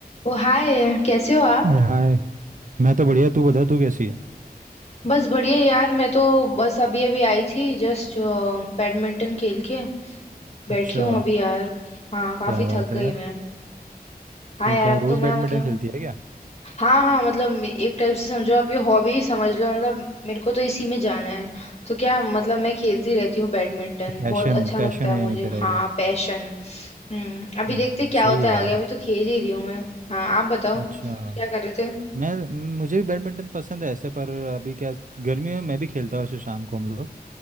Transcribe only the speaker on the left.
ओ hi कैसे हो आप
बस बढ़िया यार मैं तो बस अभी अभी आई थी जस्ट बैडमिंटन खेल के बैठी
हूँ अभी यार हाँ काफी
थक
गई
मैं हाँ
यार
अब
तो मैं
मतलब
हाँ हाँ मतलब एक टाइप से समझो आप ये हॉबी समझ लो मतलब मेरे को तो इसी में जाना है तो क्या मतलब मैं खेलती रहती हूँ बैडमिंटन
बहुत अच्छा
लगता है
मुझे
हाँ
पैशन हम्म अभी
देखते क्या
होता
है
आगे अभी तो खेल ही रही हूँ मैं हाँ आप बताओ
क्या कर रहे थे